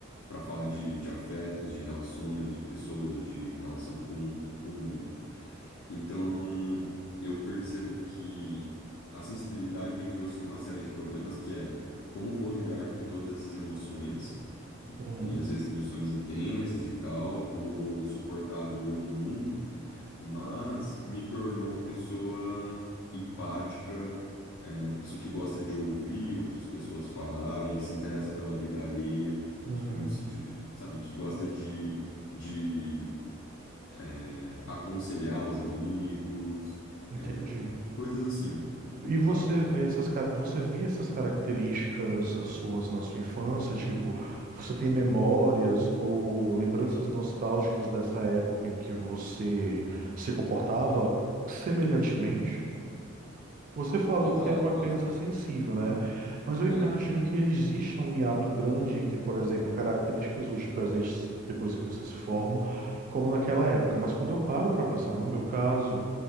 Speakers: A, on the left; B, on the right.
A: para falar de, de afetos, de relações, de pessoas, de relação com, com o mundo. Então, eu percebo que a sensibilidade me trouxe uma série de problemas que é como vou lidar com todas essas emoções,
B: Uhum,
A: e às vezes emoções intensas e tal, como vou suportar a dor do mundo, mas me tornou uma pessoa empática, é, uma pessoa que gosta de ouvir outras pessoas falarem, que se interessa pela vida alheia,
B: uhum.
A: que- no sentido, sabe, que gosta de, de é, aconselhar os amigos,
B: Entendi.
A: é, coisas assim,
B: E você
A: sabe?
B: vê essas, ca- você via essas características suas na sua infância? Tipo, você tem memórias ou lembranças nostálgicas dessa época em que você se comportava semelhantemente? Você falou
A: Total,
B: que era uma
A: nossa.
B: criança sensível, né? Mas eu
A: É.
B: imagino que exista um hiato grande entre, por exemplo, características hoje presentes depois que você se forma, como naquela época. Mas quando eu paro para pensar no meu caso,